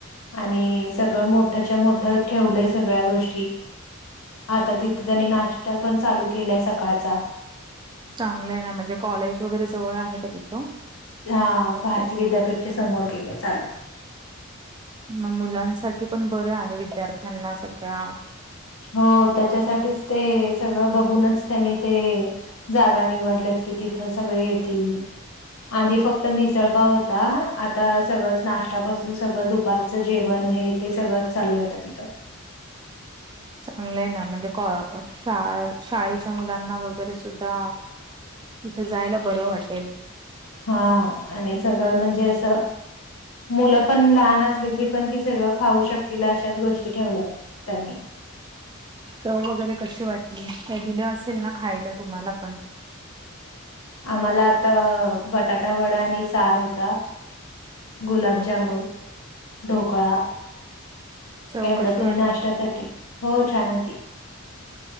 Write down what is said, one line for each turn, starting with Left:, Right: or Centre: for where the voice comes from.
Left: आणि सगळं मोठ्याच्या मोठं ठेवलंय सगळ्या गोष्टी. आता तिथे त्यांनी नाश्ता पण चालू केलाय सकाळचा.
Right: चांगले ना म्हणजे कॉलेज वगैरे जवळ आहे का तिथं.
Left: हा भारतीय विद्यापीठच्या समोर केले चालू.
Right: मग मुलांसाठी पण बरं आहे विद्यार्थ्यांना सगळ्या.
Left: हो त्याच्यासाठीच ते सगळं बघूनच त्यांनी ते. जागा निवडल्यात की तिथं सगळे येतील. आधी फक्त मिसळपाव होता आता सगळंच नाश्त्यापासून सगळं दुपारचं जेवण हे. ते सगळंच चालू आहेतं तिथं.
Right: चांगलंय ना म्हणजे क श शाळेच्या मुलांना वगैरे सुद्धा. तिथं जायला बरं वाटेल.
Left: हा आणि सगळं म्हणजे असं. मुलं पण लहान असली तरी पण ती सगळं खाऊ शकतील अशाच गोष्टी ठेवल्यात त्यांनी.
Right: चव वगैरे कशी वाटली का दिलं असेल ना खायला तुम्हाला पण.
Left: आम्हाला आता बटाटा वडा आणि सार होता. गुलाबजामुन ढोकळा.
Right: चव
Left: एवढं
Right: कशी
Left: त
Right: वाटली?
Left: नाही नाश्त्यासाठी हो छान होती.